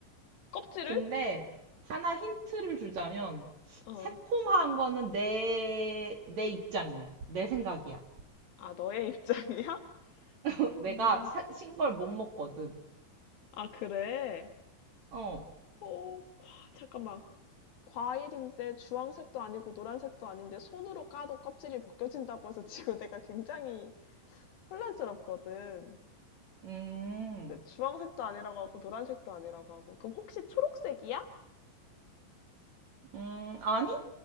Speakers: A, on the left; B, on the right.
A: 껍질을?
B: 근데, 하나 힌트를 주자면,
A: 어,
B: 새콤한 거는 내, 내 입장이야. 내 생각이야.
A: 아, 너의 <laughs> 입장이야?
B: <laughs> 내가
A: 음,
B: 신걸 못 먹거든.
A: 아, 그래?
B: 어,
A: 어, 와, 잠깐만. 과일인데 주황색도 아니고 노란색도 아닌데 손으로 까도 껍질이 벗겨진다고 해서 지금 <laughs> 내가 굉장히 혼란스럽거든.
B: 음,
A: 근데 주황색도 아니라고 하고 노란색도 아니라고 하고. 그럼 혹시 초록색이야?
B: 음, 아니?